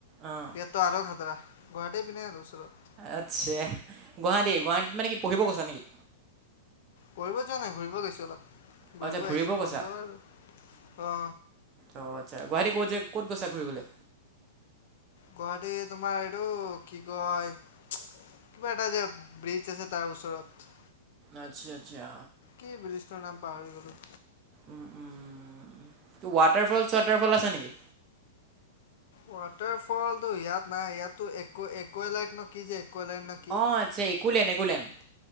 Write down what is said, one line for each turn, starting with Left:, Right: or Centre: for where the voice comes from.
Right: অঁ।
Left: ইয়াততো আৰু খাটৰা গুৱাহাটী পিনে আৰু ওচৰত।
Right: আচ্ছা, গুৱাহাটী, গুৱাহাটীত মানে কি পঢ়িব গৈছা নেকি।
Left: পঢ়িব যোৱা নাই ঘূৰিব গৈইছো অলপ
Right: অঁ
Left: ঘূৰিব
Right: আচ্ছা
Left: আহিছো
Right: গৈছা
Left: বন্ধ আৰু অ'।
Right: অ', আচ্ছা, গুৱাহাটী ক'ত যে ক'ত গৈছা ঘূৰিবলৈ?
Left: গুৱাহাটী তোমাৰ এইটো কি কয় কিবা এটা যে ব্ৰিজ আছে তাৰ ওচৰত।
Right: আচ্ছা, আচ্ছা।
Left: কি ব্ৰিজটো নাম পাহৰি গ'লো।
Right: উম, উম ত' ৱাটাৰ ফল ছুৱাটাৰ ফল আছে নেকি।
Left: ৱাটাৰ ফলটো ইয়াত নাই ইয়াতো একো, একো লাইট নে কি যে একোৱেলাইট ন কি
Right: অ', আচ্ছা একো লেন একো লেন।